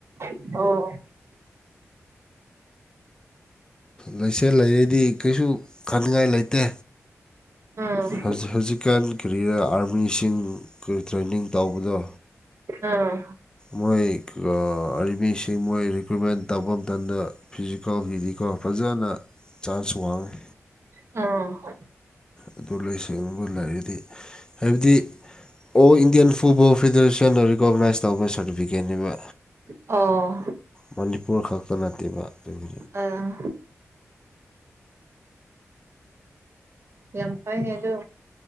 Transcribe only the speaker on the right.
ꯑꯣ
ꯎꯝ
ꯑꯥ
ꯑ
ꯑꯣ
ꯑꯥ ꯌꯥꯝ ꯐꯩꯅꯦ ꯑꯗꯨ